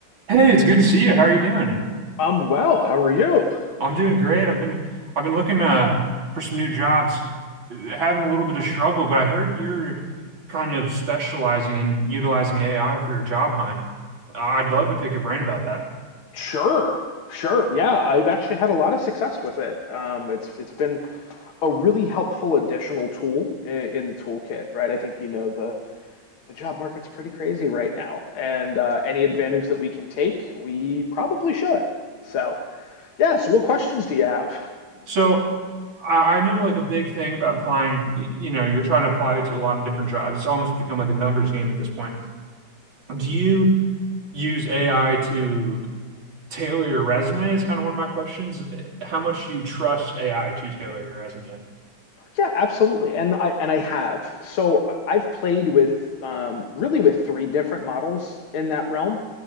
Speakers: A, on the right (about 70°); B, on the left (about 80°).
A: Hey, it's good to see you. How are you doing?
B: I'm well. How are you?
A: I'm doing great. I've been I've been looking uh for some new jobs, uh, having a little bit of struggle, but I heard you're kind of specializing in utilizing AI for your job hunt. I'd love to pick your brain about that.
B: Sure. Sure. Yeah, I've actually had a lot of success with it. Um, it's it's been a really helpful additional tool in, in the toolkit, right? I think you know the the job market's pretty crazy right now, and uh, any advantage that we can take, we probably should. So, yeah. So, what questions do you have?
A: So I, I know like a big thing about applying, y- you know, you're trying to apply to a lot of different jobs. It's almost become like a numbers game at this point. Do you use AI to tailor your resume? Is kind of one of my questions. How much do you trust AI to tailor your resume?
B: Yeah, absolutely. And I and I have. So I- I've played with um, really with three different models in that realm.